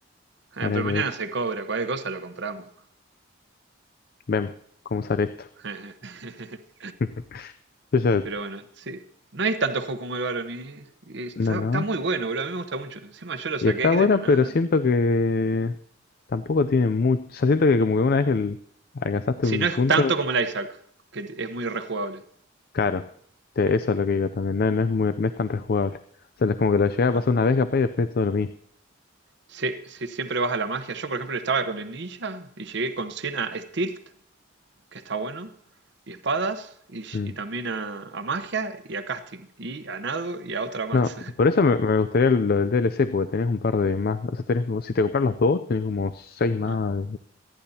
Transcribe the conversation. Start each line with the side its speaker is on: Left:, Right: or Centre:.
Right: Ah,
Left: Habría
Right: pero
Left: que
Right: mañana
Left: ver eso.
Right: se cobra, cualquier cosa lo compramos.
Left: Vemos cómo sale esto.
Right: <laughs>
Left: <laughs> Yo ya-
Right: Pero bueno, sí. No hay tanto juego como el Baron y, y está,
Left: No, no.
Right: está muy bueno, boludo. A mí me gusta mucho. Encima yo lo
Left: Y
Right: saqué
Left: está
Right: ahí
Left: buena,
Right: de la nada.
Left: pero siento que tampoco tiene mucho. O sea, siento que como que una vez que el- alcanzaste
Right: Si
Left: un
Right: no es
Left: punto,
Right: tanto como el Isaac, que t- es muy rejugable.
Left: claro. Te- Eso es lo que digo también. No, no es muy, no es tan rejugable. O sea, es como que lo llegas a
Right: Ah.
Left: pasar una vez capaz y después es todo lo mismo.
Right: Sí, sí, siempre vas a la magia. Yo, por ejemplo, estaba con el ninja y llegué con 100 a Stilt, que está bueno, y espadas, y,
Left: Mm.
Right: y también a, a magia, y a casting, y a nado, y a otra más.
Left: No, por eso me, me gustaría lo del DLC, porque tenés un par de más. O sea, tenés, como- si te compras los dos, tenés como seis más.
Right: <laughs>